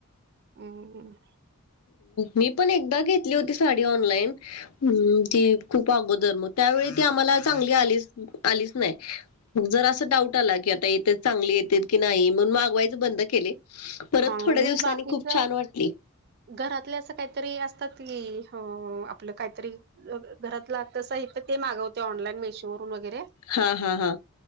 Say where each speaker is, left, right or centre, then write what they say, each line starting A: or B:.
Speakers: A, on the right (about 45°); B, on the left (about 75°).
A: हम्
B: मी पण एकदा घेतली होती साडी ऑनलाईन हम्म ती खूप अगोदर मग त्यावेळी ती आम्हाला चांगली आलीच आलीच नाही जर असं डाऊट आला की आता येते चांगली येत की नाही मण मागवायच बंद केले परत
A: हा
B: थोड्या दिवसांनी
A: मी बाकीच
B: खूप छान वाटली
A: घरातले अस काहीतरी अस आपलं काहीतरी घरातल समान ते मागवते ऑनलाइन चोरून वगैरे
B: हा हा हा